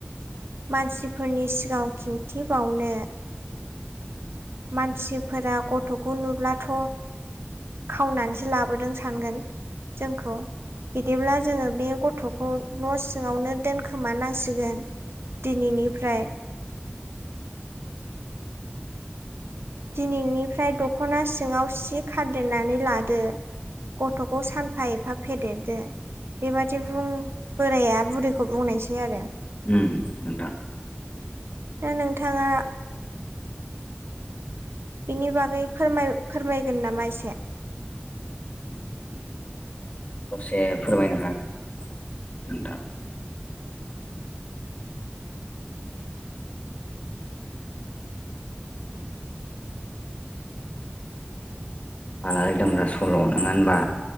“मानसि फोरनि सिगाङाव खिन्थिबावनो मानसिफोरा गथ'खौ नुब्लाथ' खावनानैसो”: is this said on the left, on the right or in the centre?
Right